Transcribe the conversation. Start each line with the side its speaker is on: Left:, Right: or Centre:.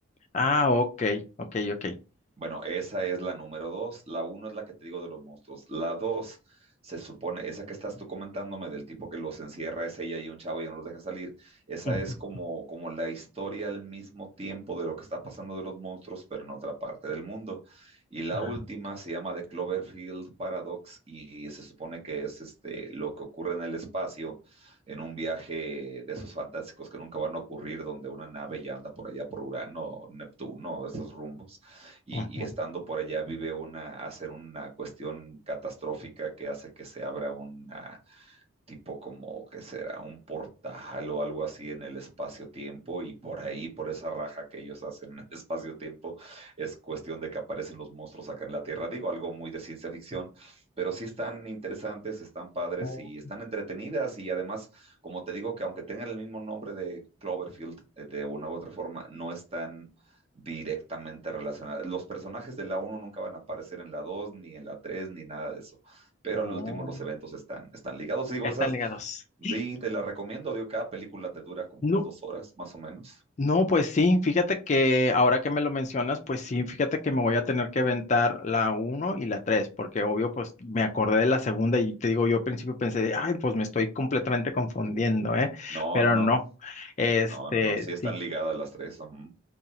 Left: Ah, ok, ok, ok.
Right: Bueno, esa es la número dos. La uno es la que te digo de los monstruos. La dos, se supone, esa que estás tú comentándome del tipo que los encierra, es ella y un chavo y ya no los deja salir. Esa
Left: Ujú.
Right: es como, como la historia al mismo tiempo de lo que está pasando de los monstruos, pero en otra parte del mundo. Y la
Left: ah.
Right: última se llama The Cloverfield Paradox y se supone que es este, lo que ocurre en el espacio en un viaje de esos fantásticos que nunca van a ocurrir, donde una nave ya anda por allá por Urano, Neptuno, esos rumbos y,
Left: Ajá.
Right: y estando por allá vive una, hacen una cuestión catastrófica que hace que se abra una tipo como que será un portal o algo así en el espacio-tiempo y por ahí, por esa raja que ellos hacen en el <laughs> espacio-tiempo, es cuestión de que aparecen los monstruos acá en la Tierra. Digo, algo muy de ciencia ficción, pero sí están interesantes, están padres
Left: Oh,
Right: y están entretenidas y además, como te digo, que aunque tengan el mismo nombre de Cloverfield, eh, de una u otra forma, no están directamente relacionadas. Los personajes de la uno nunca van a aparecer en la 2 ni en la 3 ni nada de eso pero
Left: oh,
Right: al último los eventos están, están ligados. Digo,
Left: Están
Right: esas,
Left: ligados. ¡Sí!
Right: sí, te las recomiendo, digo, cada película te dura como
Left: No,
Right: unas dos horas, más o menos.
Left: no, pues sí, fíjate que ahora que me lo mencionas, pues sí, fíjate que me voy a tener que aventar la uno y la 3 porque obvio, pues me acordé de la segunda y te digo, yo al principio pensé, de, ay, pues me estoy completamente confundiendo, ¿eh?
Right: No,
Left: Pero
Right: no,
Left: no,
Right: no,
Left: este,
Right: no, no, no, sí están
Left: sí,
Right: ligadas las tres. ujú.